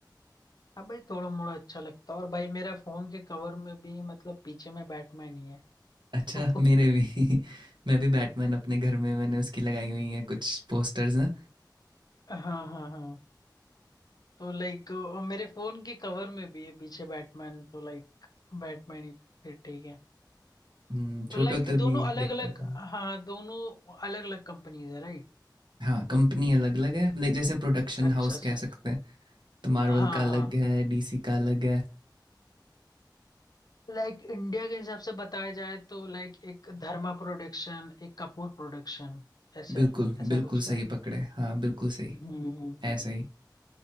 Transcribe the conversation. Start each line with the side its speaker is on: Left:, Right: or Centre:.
Left: हाँ भाई थोड़ा मोड़ा अच्छा लगता है और भाई मेरा फोन के कवर में भी मतलब पीछे में बैटमैन ही है
Right: अच्छा
Left: <laughs> तो
Right: मेरे भी <laughs> मैं भी बैटमैन अपने घर में मैंने उसकी लगाई हुई है कुछ पोस्टर्स ना
Left: हाँ हाँ हाँ तो लाइक मेरे फोन के कवर में भी है पीछे बैटमैन तो लाइक बैटमैन ही फिर ठीक है
Right: हम्म, छोटे
Left: तो लाइक
Right: होते
Left: दोनों
Right: भी
Left: अलग
Right: देखता
Left: अलग
Right: था
Left: हाँ दोनों अलग अलग कंपनीज है राइट
Right: हाँ कंपनी अलग अलग है लाइक जैसे प्रोडक्शन
Left: अच्छा
Right: हाउस
Left: अच्छा
Right: कह सकते हैं तो मार्वल
Left: हाँ
Right: का अलग
Left: हाँ
Right: है डीसी का अलग है
Left: लाइक इंडिया के हिसाब से बताया जाए तो लाइक एक धर्मा प्रोडक्शन एक कपूर प्रोडक्शन ऐसा
Right: बिल्कुल
Left: ऐसा
Right: बिल्कुल
Left: कुछ क्या
Right: सही पकड़े हाँ बिल्कुल सही
Left: हम्म हम्म, हम्म।
Right: ऐसा ही